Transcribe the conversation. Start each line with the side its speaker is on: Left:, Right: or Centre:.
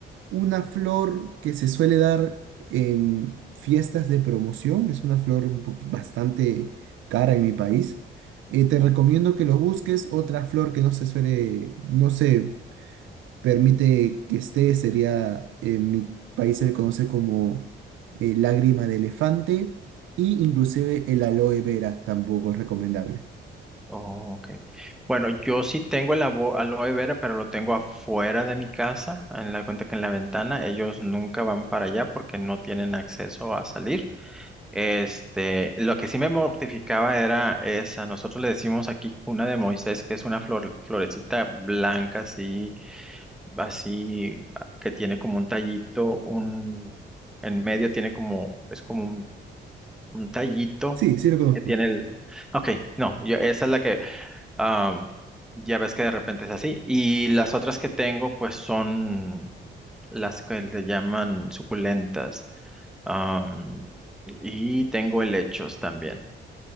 Right: una flor que se suele dar en fiestas de promoción. Es una flor un poqu- bastante cara en mi país. Eh, te
Centre: Ujú.
Right: recomiendo que lo busques. Otra flor que no se suele, no se permite que esté, sería en mi país se le conoce como eh, lágrima de elefante y inclusive el aloe vera tampoco es recomendable.
Centre: Oh, ok. Bueno, yo sí tengo el avo- aloe vera, pero lo tengo afuera de mi casa, en la cuenta que en la ventana. Ellos nunca van para allá porque no tienen acceso a salir. Este, lo que sí me mortificaba era esa, nosotros le decimos aquí cuna de Moisés, que es una flor, florecita blanca así, así, a- que tiene como un tallito, un, en medio tiene como, es como un, un tallito
Right: Sí, sí lo conozco.
Centre: que tiene el, ok, no, yo, esa es la que, am, ya ves que de repente es así, y las otras que tengo pues son las que se llaman suculentas. am, y tengo helechos también.